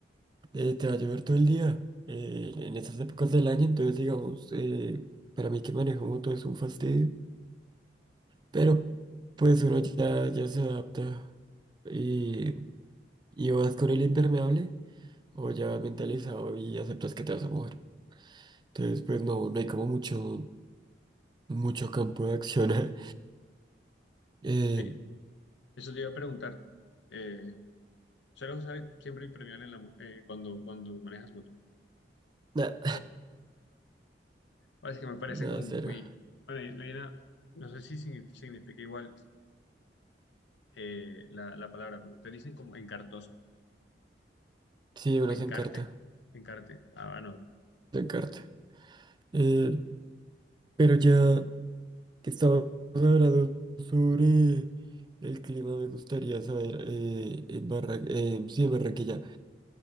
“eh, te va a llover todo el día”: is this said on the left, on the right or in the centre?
Right